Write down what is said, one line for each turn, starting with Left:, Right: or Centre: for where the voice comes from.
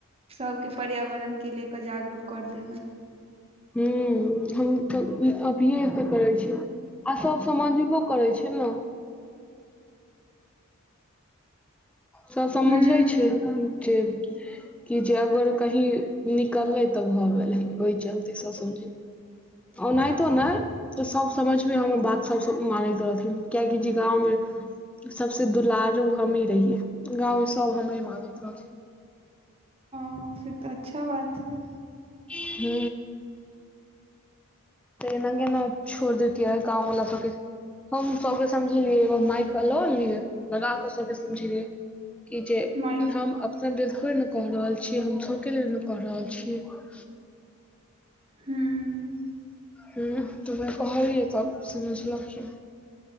Right: सभके पर्यावरणके ले क जागरूक कर देबनि।
Centre: हुं हम त अभिये एते करे छी। आ सब समाजिको करै छय न। सब समझय
Right: हूँ
Centre: छै जे। कि जे अगर कही निकलले त भ गेली ओहि चलते सब समझय। ओहनाइतो
Right: ओ
Centre: न। तऽ सभ समझ मे हमर बात सभ मानैत रहथिन किएकि जे गाँवमे सबसे दुलारू हमही रहियै गाँंव मे सब हमरे मानैत रह
Right: हॅं से तऽ अच्छा बात ह।
Centre: हू त एना केना छोड़ दैतियै गाँव बला सबके। हम सबके समझेलियै एगो माइक ल लिय लगाके सबके समझेलियै। कि जे
Right: माइक
Centre: हम अपना लेल थोड़े ने कऽ रहल छियै, हम सभके लेल ने कहि रहल छीयै।
Right: हूँ
Centre: हूॅं त वेएह कहलियै तब समझलऽखिन।